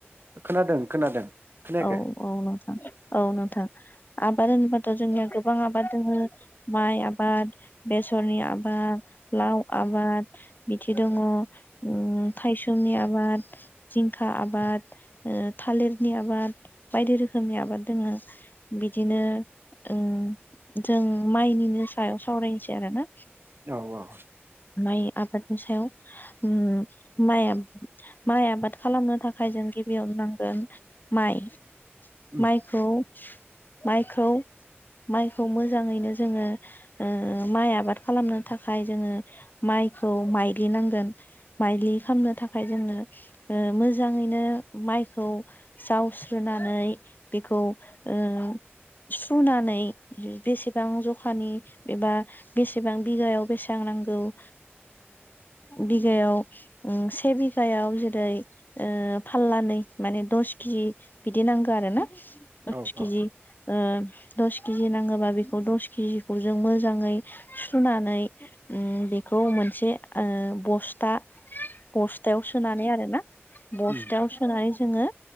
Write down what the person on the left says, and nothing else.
औ औ नोंथां औ नोंथां। आबाद होनोबाथ' जोंनिया गोबां आबाद दोङो माइ आबाद बेसरनि आबाद लाउ आबाद बिथि दङो ओ थायसुमनि आबाद जिंखा आबाद थालिरनि आबाद आबाद बायदि रोखोमनि आबाद दोङो बिदिनो ओ जों माइनिनो सायाव सावरायनोसै आरो ना?
माइ आबादनि सायाव माइ माइ आबाद खालामनो थाखाय जों गिबियावनो नांगोन माइ
माइखौ माइखौ माइखौ मोजाङैनो जोङो ओ माइ आबाद खालामनो थाखाय जोङो माइखौ माइलि नांगोन माइलि खालामनो थाखाय जोङो ओ मोजाङै बिदिनो माइखौ जावस्रोनानै बेखौ ओ सुनानै बेसेबां जखानि एबा बेसेबां बिगायाव बेसां नांगौ ओ बिघायाव से बिघायाव जेरै ओ फाल्ला नै माने दस केजि बिदि नांगो आरो ना।
केजि
ओ दस केजि नांगोबा बेखौ दस केजिखौ जों मोजाङै सुनानै उम बेखौ मोनसे ओ बस्था बस्थायाव सोनानै आरो ना बस्थायाव
सोनानै जोङो